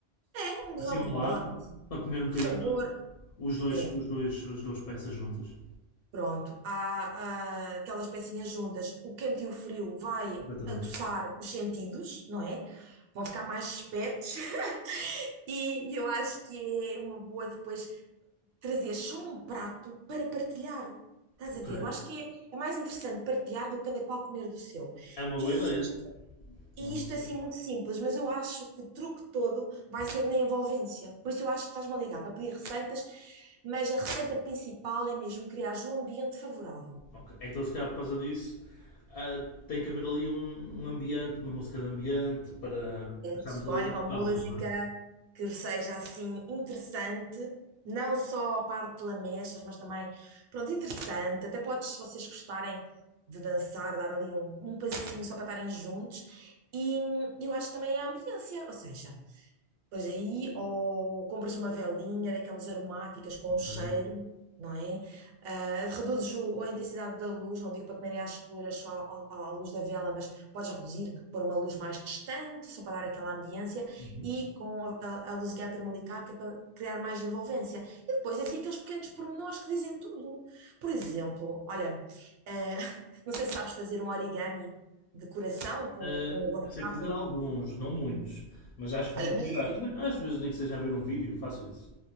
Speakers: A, on the right; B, on the left.
A: é um biscoito
B: Assim ao
A: de
B: lado,
A: bola,
B: para comer um bocadinho
A: sabor.
B: os dois,
A: É.
B: os dois, as duas peças juntas.
A: Pronto, há, ah, aquelas pecinhas juntas, o quente e o frio vai
B: Exatamente.
A: aguçar os sentidos, não é? Vão ficar mais espertos <laughs> e eu acho que é uma boa depois trazer só um prato para partilhar. Estás
B: Ok.
A: a ver? Eu acho que é, é mais interessante partilhar do que cada qual comer do seu.
B: É uma boa
A: E,
B: ideia.
A: e
B: É uma boa
A: isto é assim
B: ideia.
A: muito simples, mas eu acho que o truque todo vai ser na envolvência. Por isso eu acho que estás-me a ligar para pedir receitas, mas a receita principal é mesmo criar um ambiente favorável.
B: Ok, Então, se calhar por causa disso, ah, tem que haver ali um, um ambiente, uma música de ambiente para para estarmos
A: escolhe
B: ali confortáveis,
A: uma música
B: não é?
A: que seja assim interessante, não só a parte de lamechas, mas também, pronto, interessante. Até podes, se vocês gostarem de dançar, dar ali um, um passinho só para estarem juntos. E hum, eu acho também a ambiência, ou seja, Pois aí, ou compras uma velinha daquelas aromáticas com
B: Ok.
A: um cheiro, não é? Ah, reduzes o- a intensidade da luz, não digo para comerem às escuras só ao- ao- à luz da vela, mas podes reduzir, pôr uma luz mais distante, só para dar aquela ambiência,
B: Uhum.
A: e com a, a, a luzinha termolicar, que é para criar mais envolvência. E depois, é assim, aqueles pequenos pormenores que dizem tudo. Por exemplo, olha, ah, <laughs> não sei se sabes fazer um origami de coração com,
B: Ah,
A: com o guardanapo.
B: sei fazer alguns, não muitos, mas acho que
A: Olha,
B: me desgasto.
A: mas isso
B: Nem- Às vezes, nem que seja a ver um vídeo, faço isso.